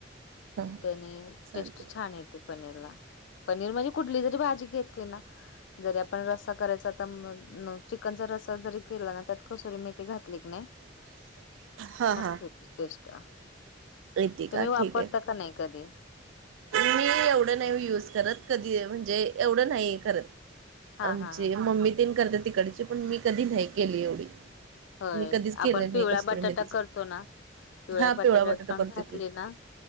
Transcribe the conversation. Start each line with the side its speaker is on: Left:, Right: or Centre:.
Right: हां
Left: त्यानी
Right: चालते
Left: टेस्ट छान येते पनीरला, पनीर म्हणजे कुठली जरी भाजी घेतली ना जरी आपण रस्सा करायचा आता म चिकनचा रस्सा जरी केला ना त्यात कसुरी मेथी घातली कनाय
Right: हां
Left: मस्त
Right: हां
Left: येते टेस्ट.
Right: येते
Left: तुम्ही
Right: का
Left: वापरता
Right: ठीक
Left: का नाय कधी?
Right: आहे मी एवढं नाही ओ युज करत कधी म्हणजे एवढं नाही करत.
Left: हा
Right: आमची
Left: हा हा
Right: मम्मी तेन करत्यात तिकडची पण मी कधी नाय केली एवढी.
Left: होय
Right: मी कधीच केल
Left: आपण
Right: नाय
Left: पिवळा
Right: कस्तुरी
Left: बटाटा
Right: मेथीचं.
Left: करतो ना पिवळ्या
Right: हा
Left: बटाट्यात
Right: पिवळा बटाटा
Left: पण
Right: करतोय
Left: घातली
Right: की
Left: ना